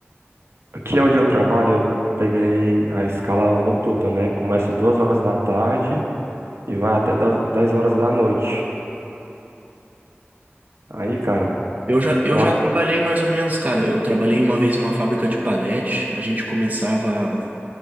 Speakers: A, on the right (about 70°); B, on the right (about 35°).
A: Aqui onde eu trabalho, eu peguei a escala noturna, né? Começa duas horas da tarde e vai até das- 10 horas da noite. Aí, cara,
B: Eu já, eu
A: eu
B: já
A: a-
B: trabalhei mais ou menos, cara. Eu trabalhei uma vez em uma fábrica de palete. A gente começava